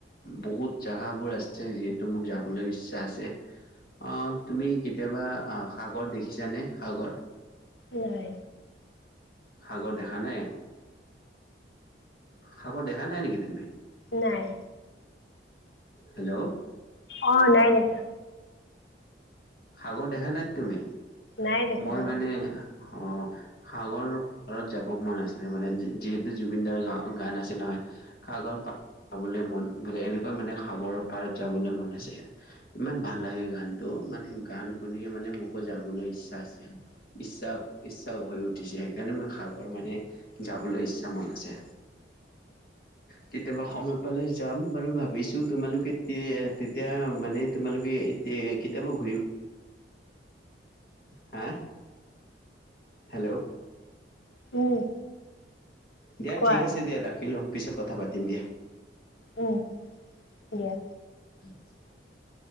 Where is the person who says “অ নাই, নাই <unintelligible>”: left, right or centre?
Left